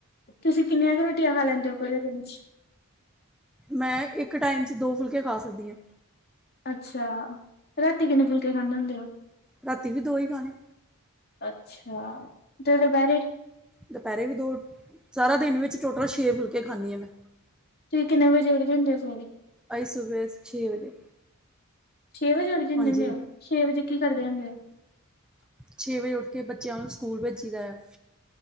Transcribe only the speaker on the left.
ਤੁਸੀਂ ਕਿੰਨੀਆਂ ਕੁ ਰੋਟੀਆਂ ਖਾ ਲੈਂਦੇ ਹੋ। ਪੂਰੇ ਦਿਨ ਚ
ਅੱਛਾ, ਰਾਤੀ ਕਿੰਨੇ ਫੁਲਕੇ ਖਾਂਦੇ ਹੁੰਦੇ ਓ?
ਅੱਛਾ, ਤੇ ਦੁਪਹਿਰੇ
ਤੁਸੀਂ ਕਿੰਨੇ ਵਜੇ ਉਠ ਜਾਂਦੇ ਓ ਸਵੇਰੇ?
ਛੇ ਵਜੇ ਉਠ ਜਾਂਦੇ
ਹੁੰਦੇ ਓ, ਛੇ ਵਜੇ ਕੀ ਕਰਦੇ ਹੁੰਦੇ ਓ?